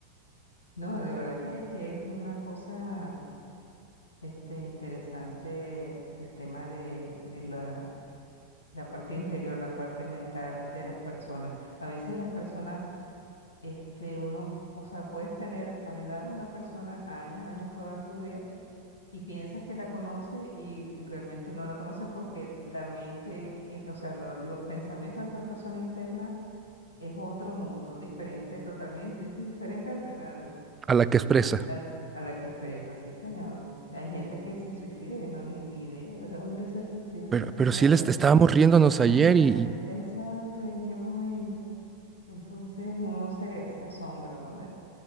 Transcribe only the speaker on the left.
No, de verdad que, que es una cosa este, interesante el tema de, de la, la parte interior, la parte mental de las personas. A veces las personas, este, uno, o sea, puedes tener al lado una persona años, años, toda su vida y piensas que la conoce y, y realmente no la conoces porque la mente, y- o sea, lo- los pensamientos de esa persona interna es otro mundo, diferente, totalmente diferente al, al-
al- a la que expresa, sí, señor. Hay gente que se suicida y no ni, ni idea de dónde se suicidó ese
muchacho.
Ajá,
exacto, ¿en qué momento? Entonces uno se, se asombra, ¿no?